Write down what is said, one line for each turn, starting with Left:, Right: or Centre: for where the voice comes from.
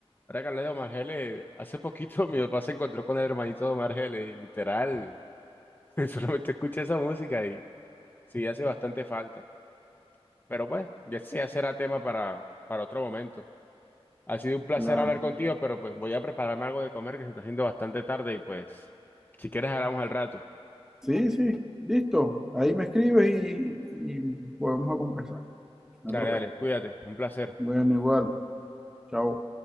Left: Ahora que hablé de Omar Geles, hace poquito <laughs> mi papá se encontró con el hermanito de Omar Geles y literal <laughs> Solamente escuché esa música y sí hace bastante falta. Pero pues, ya sí ya será tema para, para otro momento. Ha sido un placer
Centre: La-
Left: hablar contigo, pero pues voy a prepararme algo de comer que se está haciendo bastante tarde y pues, si quieres hablamos al rato.
Centre: Sí, sí, listo. Ahí me escribes y, y podemos a conversar. No
Left: Dale,
Centre: hay problema.
Left: dale, cuídate, un placer.
Centre: Bueno, igual. Chao.